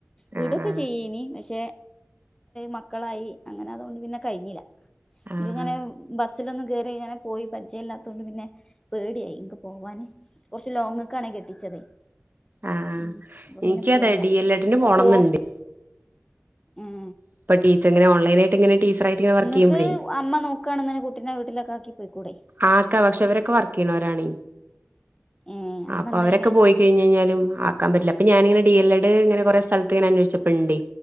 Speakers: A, on the left (about 15°); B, on the right (about 45°).
A: വീടൊക്കെ
B: ആഹ്
A: ചെയ്യയ്നീ പക്ഷെ മക്കളായി അങ്ങനെ അതുകൊണ്ട് പിന്നെ കഴിഞ്ഞില്ല
B: ആഹ്
A: ഇൻക്കിങ്ങനെ ബസ്സിലൊന്നും കേറി ഇങ്ങനെ പോയി പരിചയല്ലാത്ത കൊണ്ട് പിന്നെ പേടിയായി ഇൻക്ക് പോകാൻ കുറച്ച് ലോങ്ങ്‌ക്കാണ് കെട്ടിച്ചത്
B: ആഹ്
A: ഉം അപ്പൊങ്ങനെ
B: എനിക്കതെ
A: പോയില്ല
B: ഡി എൽ എഡിന്
A: അപ്പൊ
B: പോണംന്നുണ്ട്
A: പോ ഉം
B: ഇപ്പൊ ടീച്ചങ്ങനാ ഓൺലൈനായിട്ട് ഇങ്ങനെ ടീച്ചറായിട്ട്ങ്ങനെ വർക്ക്
A: ഇങ്ങക്ക്
B: ചെയ്യുമ്പോൾ
A: അമ്മ നോക്കാൺ ഇന്നെ കുട്ടിനെ വീട്ടിലൊക്ക ആക്കി പോയിക്കൂടെ
B: ആക്കാ പക്ഷെ അവരൊക്കെ വർക്ക് ചെയ്യുന്നവരാണ്
A: ഏ അമ്മ
B: അപ്പൊ
A: എന്താ
B: അവരൊക്കെ
A: ചെയ്യണേ അപ്പൊ
B: പോയി കഴിഞ്ഞ് കഴിഞ്ഞാലും ആക്കാൻ പറ്റില്ല പ്പ ഞാനിങ്ങനെ ഡി എൽ എഡ് ഇങ്ങനെ കൊറെ സ്ഥലത്ത് ഇങ്ങന അന്വേഷിച്ചപ്പൊ ഇണ്ട്